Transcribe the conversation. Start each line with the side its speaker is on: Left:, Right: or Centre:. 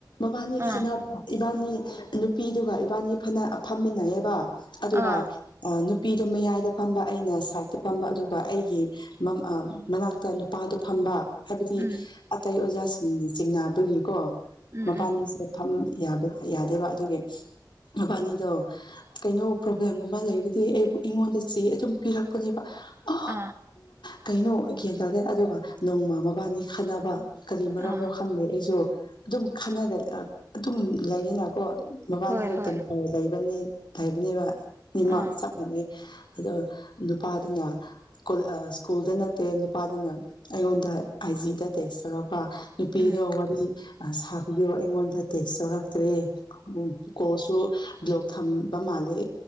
Left: ꯕꯥꯅꯤ ꯈꯟꯅꯅꯕ
Right: ꯑꯥ
Left: ꯏꯕꯥꯅꯤ ꯅꯨꯄꯤꯗꯨꯒ ꯏꯕꯥꯅꯤ ꯐꯅ ꯐꯝꯃꯤꯟꯅꯩꯌꯦꯕ ꯑꯗꯨꯒ
Right: ꯑꯥ
Left: ꯑꯥ ꯅꯨꯄꯤꯗꯣ ꯃꯌꯥꯏꯗ ꯐꯝꯕ ꯑꯩꯅ ꯁꯥꯏꯠꯇ ꯐꯝꯕ ꯑꯗꯨꯒ ꯑꯩꯒꯤ ꯃꯅꯥꯛꯇ ꯅꯨꯄꯥꯗꯣ ꯊꯝꯕ ꯍꯥꯏꯕꯗꯤ
Right: ꯎꯝ
Left: ꯑꯇꯩ ꯑꯣꯖꯥꯁꯤꯡꯅ ꯆꯤꯡꯅꯕꯒꯤꯀꯣ
Right: ꯎꯝ
Left: ꯃꯕꯥꯅꯤꯁꯦ
Right: ꯎꯝ
Left: ꯐꯝ ꯌꯥꯗꯦꯕ ꯑꯗꯨꯒꯤ ꯃꯕꯥꯅꯤꯗꯣ ꯀꯩꯅꯣ ꯄ꯭ꯔꯣꯕ꯭ꯂꯦꯝꯒꯨꯝꯕ ꯂꯩ ꯑꯩꯕꯨ ꯑꯩꯉꯣꯟꯗ ꯆꯦ ꯑꯗꯨꯝ ꯄꯤꯔꯛꯄꯅꯦꯕ ꯑ
Right: ꯑꯥ
Left: ꯀꯩꯅꯣ ꯒ꯭ꯌꯥꯟ ꯇꯥꯗꯦ ꯑꯗꯨꯒ ꯅꯣꯡꯃ ꯃꯕꯥꯅꯤ ꯈꯟꯅꯕ ꯀꯔꯤ ꯃꯔꯝꯅꯣ
Right: ꯑꯥ
Left: ꯈꯪꯗꯦ ꯑꯩꯁꯨ ꯑꯗꯨꯝ ꯈꯟꯅꯒ ꯑꯗꯨꯝ ꯂꯩꯌꯦꯅꯀꯣ ꯃꯕꯥꯅꯤꯗ
Right: ꯍꯣꯏ ꯍꯣꯏ
Left: ꯇꯦꯝꯄꯔ ꯂꯩꯕꯅꯤ ꯇꯥꯏꯕꯅꯦꯕꯃꯥ
Right: ꯑꯥ
Left: ꯆ ꯑꯣ ꯅꯨꯄꯥꯗꯨꯅ ꯁ꯭ꯀꯨꯜꯗ ꯅꯠꯇꯦ ꯅꯨꯄꯥꯗꯨꯅ ꯑꯩꯉꯣꯟꯗ ꯗ ꯑꯥꯏꯖꯤꯗ ꯇꯦꯛꯁ ꯇꯧꯔꯒ ꯅꯨꯄꯤꯒ
Right: ꯎꯝ
Left: ꯋꯥꯔꯤ ꯁꯥꯕꯤꯌꯣ ꯑꯩꯉꯣꯟꯗ ꯇꯦꯛꯁ ꯇꯧꯔꯛꯇ꯭ꯔꯦ ꯀꯣꯜꯁꯨ ꯕ꯭ꯂꯣꯛ ꯊꯝꯕ ꯃꯥ ꯃꯥꯂꯦ